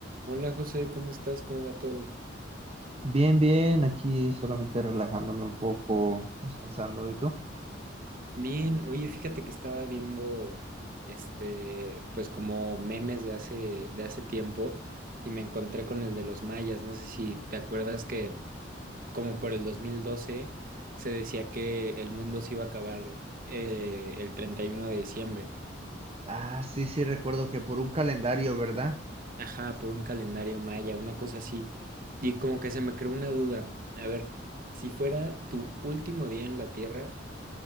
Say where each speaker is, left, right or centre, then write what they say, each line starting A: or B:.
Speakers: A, on the right; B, on the right.
A: Hola José, ¿cómo estás? ¿Cómo va todo?
B: Bien, bien, aquí solamente relajándome un poco, descansando. ¿Y tú?
A: Bien, oye, fíjate que estaba viendo este, pues como memes de hace, de hace tiempo y me encontré con el de los mayas. No sé si te acuerdas que como por el 2012 se decía que el mundo se iba a acabar eh, el 31 de diciembre.
B: Ah, sí, sí, recuerdo que por un calendario, ¿verdad?
A: Ajá, por un calendario maya, una cosa así. Y como que se me creó una duda. A ver, si fuera tu último día en la Tierra,